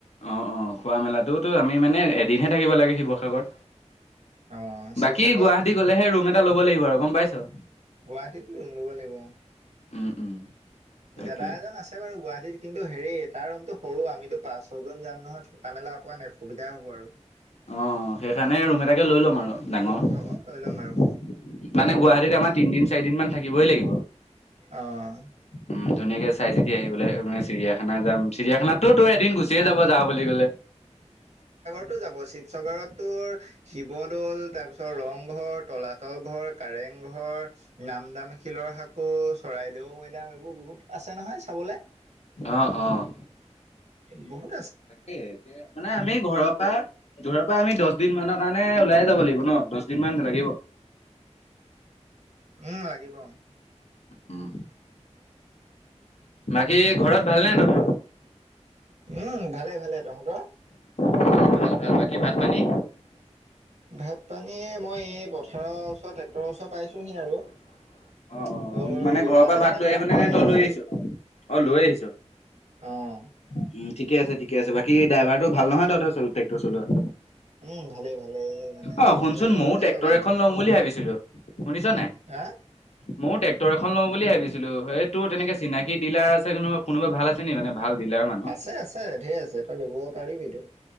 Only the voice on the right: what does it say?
অ শিৱসাগৰ
গুৱাহাটীত ৰুম নিব লাগিব অ'।
দাদা এজন আছে বাৰু গুৱাহাটীত কিন্তু হেৰি তাৰ ৰুমটো। সৰু আমিতো পাঁচ ছজন যাম নহয় থকা মেলা অকণমান অসুবিধাই হ'ব আৰু।
হ'ব লৈ ল'ম
আৰু
অ'।
সি ও যাব শিৱসাগৰতো শিৱদ'ল তাৰপিছত ৰংঘৰ, তলাতল ঘৰ, কাৰেং কাৰেং ঘৰ, নামদাং শিলৰ সাঁকো, চৰাইদেউ মৈদাম এইবোৰ বহুত আছে নহয়। চাবলে
বু <unintelligible>
উম লাগিব।
উম ভালে ভালে তহঁতৰ।
ভাত পানী, মই এই পথাৰৰ ওচৰত ট্ৰেক্টৰৰ ওচৰত পাইছোহি আৰু। তোৰ,
ইয়ালৈ
মানে ভাত
লৈ
আহিছো।
আহ।
উম ভালেই ভালেই মানে
নিজৰ
বুলি
চলাই
আৰু
হা
আছে, আছে, ধেৰ আছে। তই ল'ব পাৰিবিটো?